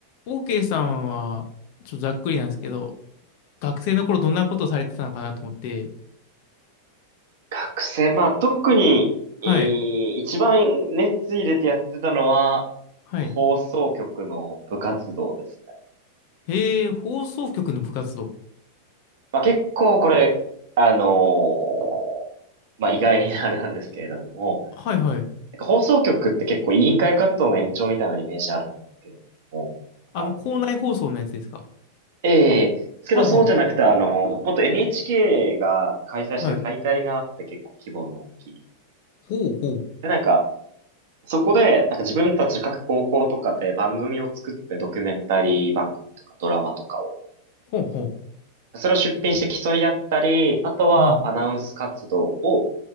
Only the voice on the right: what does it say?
学生、まあ特に、
えー一番熱入れてやってたのは、
放送局の部活動ですね。
まあ結構これ、あのーまあ意外なあれなんですけれども、
なんか放送局って結構委員会活動の延長みたいなイメージあるんですけれども、なんか、
ええですけどそうじゃなくて、
あの、もっと NHK が開催してる大会があって結構規模の大きい。
で、なんか、そこで、なんか自分たち各高校とかで番組を作ってドキュメンタリー番組とかドラマとかを、
それを出品して競い合ったり、あとはアナウンス活動を、